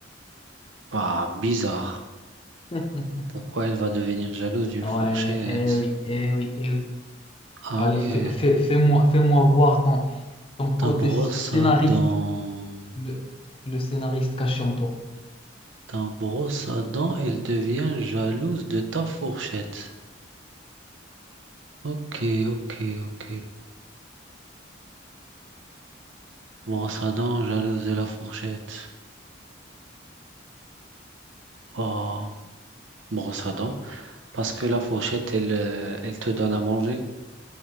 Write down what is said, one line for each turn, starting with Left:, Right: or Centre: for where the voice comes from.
Right: Bah, bizarre.
Left: <laughs>
Right: Pourquoi elle va devenir jalouse d'une
Left: Ouais,
Right: fourchette?
Left: eh oui, eh oui, eh oui.
Right: Ah
Left: Allez,
Right: ouais.
Left: fais, fais, moi fais-moi fais-moi voir ton, ton côté
Right: Ta brosse
Left: sc- scénariste.
Right: à dents.
Left: Le, le scénariste caché en toi.
Right: Ta brosse à dents, elle devient jalouse de ta fourchette. Ok, ok, ok. Brosse à dents, jalouse de la fourchette. Bah, brosse à dents. Parce que la fourchette, elle, euh, elle te donne à manger.